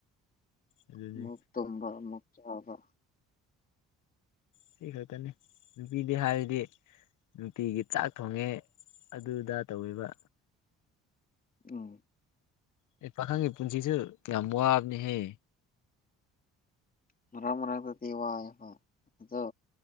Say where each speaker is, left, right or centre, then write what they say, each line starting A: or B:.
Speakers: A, on the left; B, on the left.
A: ꯑꯗꯨꯅꯤ
B: ꯑꯃꯨꯛ ꯇꯨꯝꯕ ꯑꯃꯨꯛ ꯆꯥꯕ
A: ꯁꯤ ꯈꯛꯇꯅꯤ ꯅꯨꯄꯤꯗꯤ ꯍꯥꯏꯔꯗꯤ ꯅꯨꯡꯇꯤꯒꯤ ꯆꯥꯛ ꯊꯣꯡꯉꯦ ꯑꯗꯨꯗ ꯇꯧꯔꯤꯕ
B: ꯎꯝ
A: ꯑꯩ ꯄꯥꯈꯪꯒꯤ ꯄꯨꯟꯁꯤꯁꯨ ꯌꯥꯝ ꯋꯥꯕꯅꯤꯍꯦ
B: ꯃꯔꯥꯡ ꯃꯔꯥꯡ ꯗꯇꯤ ꯋꯥꯏꯕ ꯑꯗꯣ